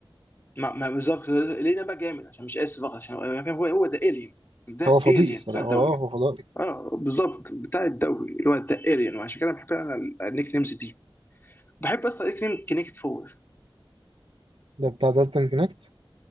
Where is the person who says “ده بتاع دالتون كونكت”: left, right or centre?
Right